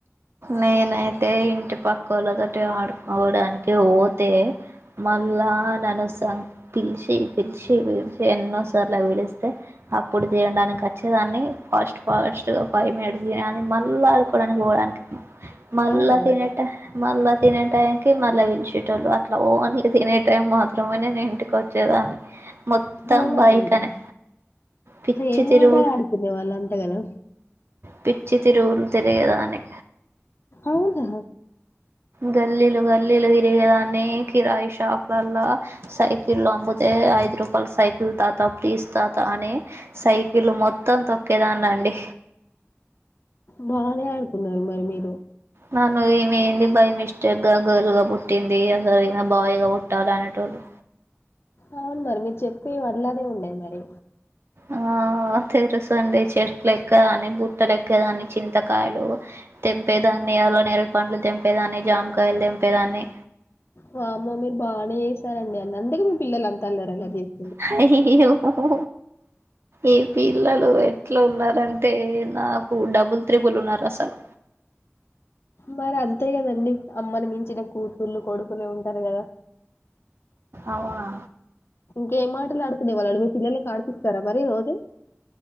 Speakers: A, on the right; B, on the left.
A: నేనైతే ఇంటి పక్క వాళ్ళతో ఆడుకోవడానికి పోతే మళ్ళా నను సం పి పిలిచి పిలిచి పిలిచి ఎన్నోసార్లు పిలిస్తే అప్పుడు తినడానికి వచ్చే దాన్ని ఫస్ట్ ఫాస్ట్గా ఫైవ్ మినిట్స్ ఆని మల్లా ఆడుకోవడానికి పోవడానికి మళ్ళా
B: అవునా
A: తినేట మళ్ళా తినే టైం కి మళ్ళీ విలిచేటళ్ళు అట్లా ఓన్లీ తినే టైం మాత్రమే నేను ఇంటికి వచ్చేదాన్ని మొత్తం
B: అవునా
A: బైకనే
B: అండి
A: పిచ్చి
B: ఏమాట
A: తిరుగు
B: ఆడుకునేవాళ్ళు అంతగను
A: పిచ్చి తిరువులు తిరిగేదాన్ని
B: అవునా
A: గల్లీలు గల్లీలు తిరిగేదాన్ని కిరాయి షాపులల్లా సైకిల్లో ఆంబోత్ అ ఐదు రూపాయల సైకిల్ తాత ప్లీస్ తాత అని సైకిల్ మొత్తం తొక్కేదాన్నండి
B: బానే అనుకున్నరు మరి మీరు
A: నన్ను ఈమె ఏంది బై మిస్టేక్ గా గర్ల్ గా పుట్టింది అస బాయ్ గా పుట్టాలి అనేటోళ్ళు
B: అవును మరి మీరు చెప్పినయి ఆడ్లానేే ఉన్నయి మరి
A: ఆ తెరుసండి చెట్లేక్కేదాన్ని బుట్టలు ఎక్కేదాన్ని చింతకాయలు తెంపేదాన్ని అలా నేరు పండ్లు తెంపేదాన్ని జామకాయలు తెంపేదాన్ని.
B: వామ్మో మీరు బాగానే చేసారండి అన్నన్ ందుకే మీ పిల్లల్ అంత అల్లరల్లరి జేత్
A: హా హి హో హొ ఈ పిల్లలు ఎట్ల ఉన్నారంటే నాకు డబుల్ త్రిబుల్ ఉన్నారు అసలు
B: మరి అంతే కదండి. అమ్మని మించిన కూతుళ్ళు కొడుకులే ఉంటరు కదా
A: అవునా
B: ఇంకేం మాటలు ఆడుతునే వాళ్ళండి మీ పిల్లలలకు ఆడిపిస్తారా మరి రోజు